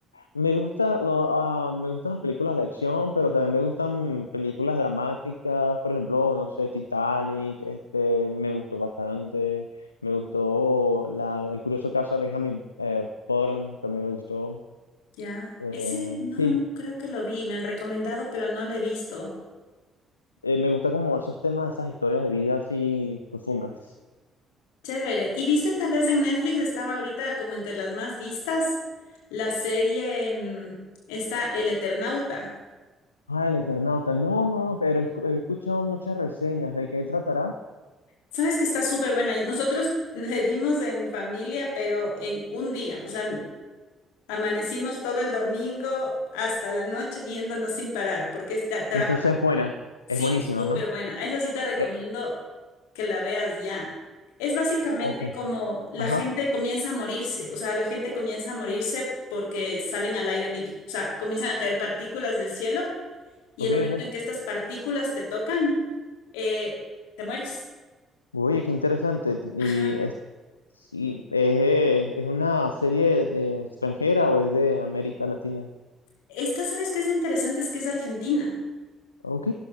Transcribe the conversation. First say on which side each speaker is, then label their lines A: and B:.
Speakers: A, on the left; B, on the left.
A: Me gusta, no, ah, me gustan las películas de acción, pero también me gustan películas dramáticas, por ejemplo, no sé, Titanic, este, me gustó bastante, me gustó la, El curioso caso de Benjamin eh, Button, también me gustó.
B: Ya,
A: Eh,
B: ese no,
A: sí,
B: no creo que lo vi, me han recomendado, pero no lo he visto.
A: eh, me gusta como esos temas, esas historias de vida así profundas.
B: Chévere. ¿Y viste tal vez en Netflix estaba ahorita como entre las más vistas la serie mm, esta El Eternauta?
A: Ah, el Eternauta, no, no, pero he, escu- he escuchado muchas reseñas de qué tratará.
B: Sabes que está súper buena. y Nosotros <laughs> le vimos en familia, pero en un día, o sea, Amanecimos todo el domingo hasta la noche viéndonos sin parar, porque es- te atrapa.
A: Entonces, buena,
B: Sí,
A: es buenísima,
B: súper
A: ¿no?
B: buena. A Esa sí te recomiendo
A: Eh,
B: que la veas ya. Es básicamente
A: ok,
B: como la
A: ajá,
B: gente comienza a morirse, o sea, la gente comienza a morirse porque salen al aire libre, o sea, comienzan a caer partículas del cielo y
A: ok,
B: el momento
A: ok.
B: en que estas partículas te tocan, eh, te mueres.
A: Oye, qué interesante. Y
B: Ajá.
A: es, sí, es, eh, es una serie de- extranjera o es de América Latina.
B: Esta, ¿sabes qué es lo interesante? Es que es Argentina.
A: Ok.